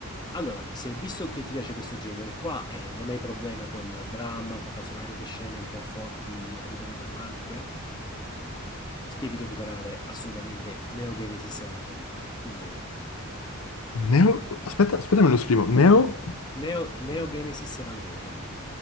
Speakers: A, on the left; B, on the left.
A: Allora, se visto che ti piace questo genere qua e non hai problema col dramma, con casomai anche scene un po' forti a livello drammatiche, ti devi recuperare assolutamente Neo Genesis Evangelion, punto uno.
B: Neo... Aspetta, aspetta, me lo scrivo. Neo...
A: Neo, Neo Genesis Evangelion.